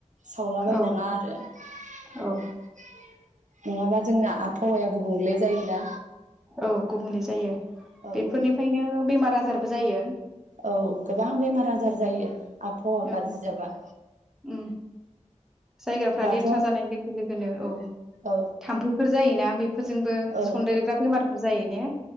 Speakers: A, on the right; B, in the centre.
A: सावलाबाय
B: औ
A: नाङा आरो नङाबा
B: औ
A: जोंना आबहावाया गुबुंले जायोना।
B: औ गुबुंले जायो।
A: औ
B: बेफोरनिफ्रायनो
A: औ
B: बेमार। बाजारबो जायो।
A: औ गोबां बेमार आजार जायो। आबहावा
B: औ
A: गाज्रि जाबा
B: उम जायगाफ्रा
A: दाथ'
B: लेथ्रा
A: औ
B: जानाय लोगो लोगोनो औ
A: औ
B: थाम्फैफोर जायोना बेफोरजोंबो
A: औ
B: सनदेरग्रा बेमारफोर जायो ने?